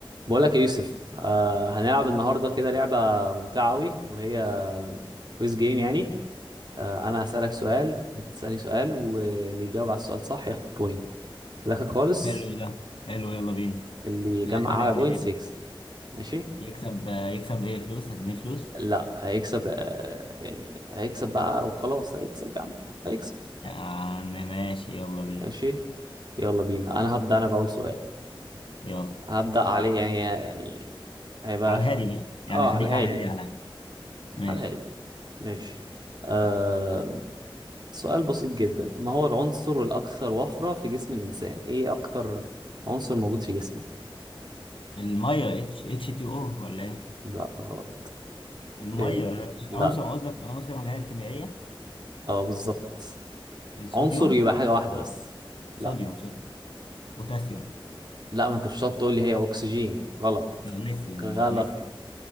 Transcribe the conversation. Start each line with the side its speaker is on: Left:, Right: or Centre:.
Right: بقولك يا يوسف آه هنلعب النهارده كده لعبة ممتعة أوي وهي كويز جيم يعني آه أنا هسألك سؤال وأنت تسألني سؤال واللي يجاوب على السؤال صح ياخد بوينت في الآخر خالص
Left: حلو ده حلو يلا بينا
Right: اللي يجمع
Left: في الاخر
Right: أعلى
Left: هنعمل
Right: بوينت
Left: ايه يعني
Right: يكسب ماشي؟
Left: يكسب يكسب ايه فلوس هتديني فلوس
Right: لا هيكسب آه يعني هيكسب بقى وخلاص هيكسب يا عم هيكسب
Left: يا عم ماشي يلا بينا
Right: ماشي يلا بينا أنا هبدأ أنا بأول سؤال
Left: يلا
Right: هبدأ عليه يعني يعني هيبقى
Left: على الهادي بقى يعني
Right: اه
Left: خليك
Right: على الهادي
Left: على الهادي على الهادي ماشي
Right: على الهادي ماشي آه، سؤال بسيط جدا ما هو العنصر الأكثر وفرة في جسم الإنسان؟ إيه أكتر عنصر موجود في جسمه؟
Left: الميه اتش اتش تي او ولا ايه
Right: لا غلط
Left: الميه
Right: إيه؟ لا
Left: عنصر قصدك العناصر اللي هي الكيميائيه
Right: أه بالظبط
Left: الصوديوم
Right: عنصر يبقى حاجة واحدة بس لا
Left: صوديوم صوديوم بوتاسيوم
Right: لا ما أنت مش هتقعد تقول لي هي أكسجين غلط
Left: مغنيسيوم
Right: غلط
Left: مغنيسيوم